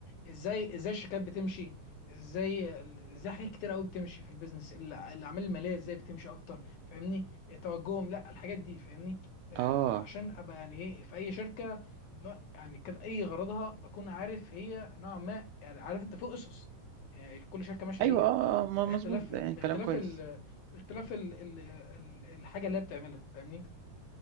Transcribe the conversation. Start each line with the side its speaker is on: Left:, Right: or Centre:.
Left: ازاي ازاي الشركات بتمشي ازاي ازاي حاجات كتير قوي بتمشي في البيزنس الع- الاعمال الماليه ازاي بتمشي اكتر فاهمني توجههم لا الحاجات دي فاهمني آه
Right: اه
Left: عشان ابقى يعني ايه في اي شركه سواء يعني كان اي غرضها اكون عارف هي نوعا ما يعني عارف انت في اسس يعني كل شركه ماشيه
Right: ايوه
Left: بيها
Right: اه آه، م-
Left: باختلاف
Right: مظبوط ده يعني
Left: باختلاف
Right: كلام كويس
Left: ال باختلاف ال ال ال- الحاجه اللي هي بتعملها فاهمني